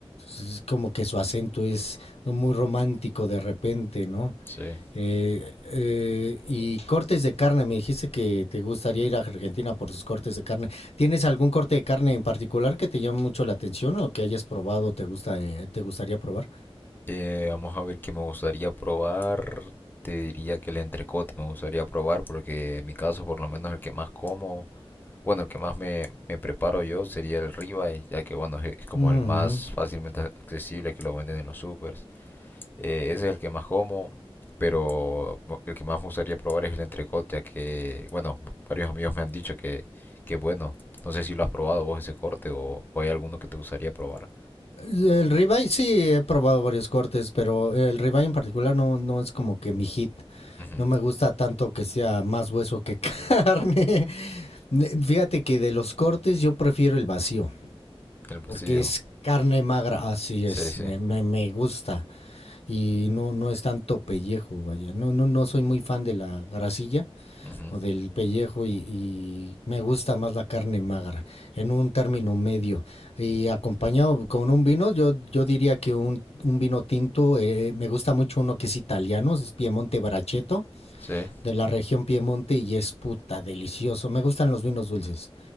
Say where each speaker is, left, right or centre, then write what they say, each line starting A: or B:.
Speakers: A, on the left; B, on the left.
A: es como que su acento es muy romántico de repente, ¿no?
B: Sí.
A: Eh, eh, y cortes de carne, me dijiste que te gustaría ir a Argentina por sus cortes de carne. ¿Tienes algún corte de carne en particular que te llame mucho la atención o que hayas probado, te gusta, eh, te gustaría probar?
B: Eh, vamos a ver qué me gustaría probar. Te diría que el entrecote me gustaría probar porque en mi caso por lo menos el que más como, bueno, el que más me, me preparo yo sería el ribeye, ya que bueno, es es como
A: Ujú.
B: el más fácilmente accesible que lo venden en los supers. Eh, ese es el que más como, pero mo- el que más me gustaría probar es el entrecote, ya que bueno, varios amigos me han dicho que, que bueno, no sé si lo has probado vos ese corte o, o hay alguno que te gustaría probar.
A: El ribeye sí he probado varios cortes, pero el ribeye en particular no, no es como que mi hit.
B: Ujú.
A: No me gusta tanto que sea más hueso que <laughs> carne. Ne- Fíjate que de los cortes yo prefiero el vacío,
B: El vacío.
A: porque es carne magra, así
B: Sí,
A: es,
B: sí.
A: me, me, me gusta. Y no, no es tanto pellejo, vaya. No, no, no soy muy fan de la grasilla
B: Ujú.
A: o del pellejo y, y me gusta más la carne magra, en un término medio. Y acompañado con un vino, yo, yo diría que un, un vino tinto, eh, me gusta mucho uno que es italiano, es Piemonte Barachetto
B: Sí.
A: de la región Piemonte y es puta delicioso. Me gustan los vinos dulces,